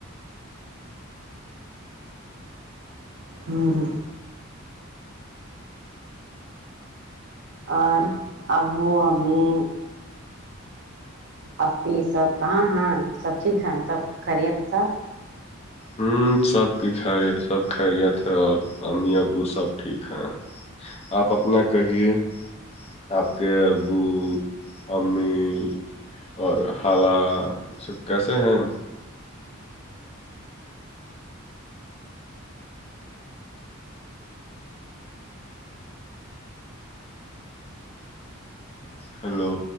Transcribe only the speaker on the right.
ہوں ہوں اور ابو ہمیں ا سب کہاں ہے سب ٹھیک ہے سب خریعت سب